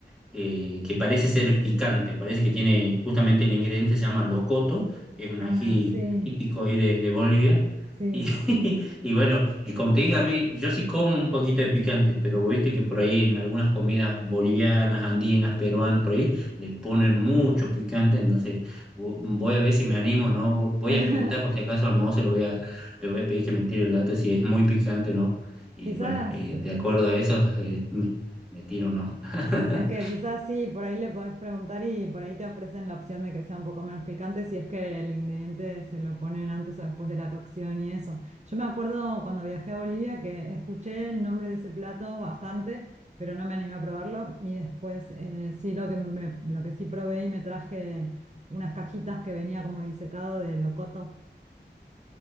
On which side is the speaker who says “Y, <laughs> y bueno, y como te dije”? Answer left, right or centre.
Centre